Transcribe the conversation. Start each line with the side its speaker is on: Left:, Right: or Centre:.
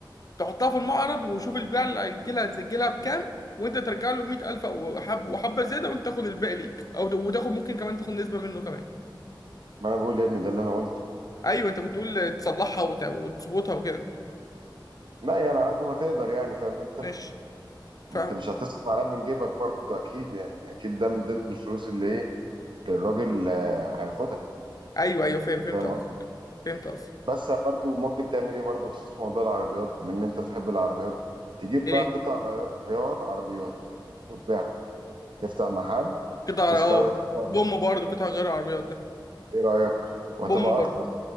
Left: تحطها في المعرض وشوف البيع اللي هيجيلها تجيلها بكام وأنت ترجع له مية ألف أو حب وحبة زيادة وأنت تاخد الباقي ليك أو ت- وتاخد ممكن كمان تاخد نسبة منه كمان
Right: ما انا بقول يا ابني ده اللي انا قلته
Left: أيوه أنت كنت تقول تصلحها وت- وتظبطها وكده
Right: لا يعني على قد ما تقدر يعني فاهم انت
Left: ماشي فاهم
Right: انت مش هتصرف عليها من جيبك برضه اكيد يعني اكيد ده من ضمن الفلوس اللي ايه الراجل آه، هياخدها
Left: أيوه أيوه فاهم فهمت
Right: فاهم
Left: قصدك
Right: قصدي
Left: فهمت قصدك
Right: بس برضه ممكن تعمل ايه برضه بخصوص موضوع العربيات بما ان انت بتحب العربيات تجيب
Left: إيه
Right: بقى قطع غي- غيار عربيات وتبيعها تفتح محل
Left: قطع
Right: تستورد
Left: اه
Right: قطع
Left: بوم
Right: غيار
Left: برضه قطع غير عربيات ده
Right: ايه رأيك وهتبقى
Left: بوم برضه
Right: ارخص